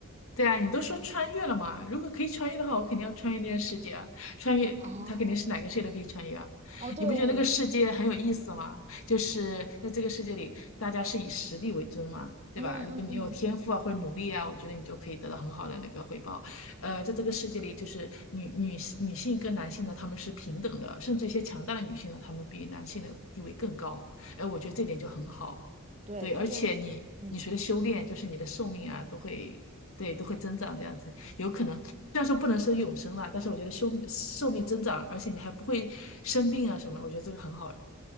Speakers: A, on the left; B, on the right.
A: 对啊，你都说穿越了嘛？如果可以穿越的话，我肯定要穿越那个世界啊！穿越，
B: 哦
A: 它肯定是哪个世界都可以穿越啊！
B: 哦对，
A: 你不觉得那个世界很有意思吗？就是在这个世界里，大家是以实力为尊嘛，对吧？
B: 嗯嗯嗯，
A: 如果你有天赋啊或者努力啊，我觉得你就可以得到很好的那个回报。呃，在这个世界里，就是女女女性跟男性呢，他们是平等的，甚至一些强大的女性呢，她们比男性的地位更高。哎、我觉得这点就很好。
B: 对，
A: 对，
B: 就是嗯，
A: 而且你你随着修炼，就是你的寿命啊，都会对都会增长这样子，有可能虽然说不能说永生啦，但是我觉得寿寿命增长，而且你还不会生病啊什么，我觉得这个很好。